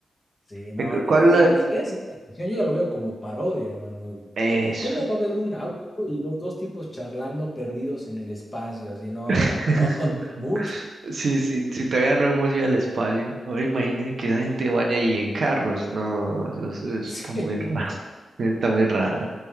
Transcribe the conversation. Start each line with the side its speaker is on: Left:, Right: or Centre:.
Left: sí, no,
Right: Eh, cu-
Left: no,
Right: ¿Cuál
Left: ya
Right: la-
Left: ni siquiera es ciencia ficción, yo ya lo veo como parodia, hermano.
Right: Eso.
Left: Eh, que- ¿Cómo va a haber un auto y los dos tipos charlando perdidos en el espacio? Así, no,
Right: <laughs>
Left: no, <laughs> mucho.
Right: Sí, sí, si todavía no hemos ido al espacio. Ahora imagínese que esa gente vaya ahí en carros. No, eso, eso está
Left: Sí,
Right: muy raro. <laughs> Está muy raro.